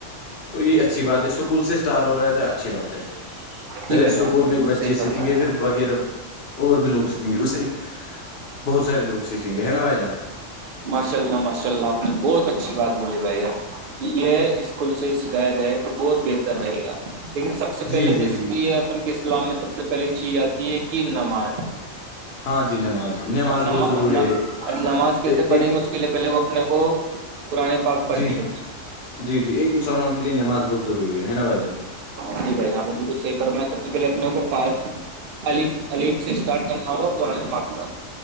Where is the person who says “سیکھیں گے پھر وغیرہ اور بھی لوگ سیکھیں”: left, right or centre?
Left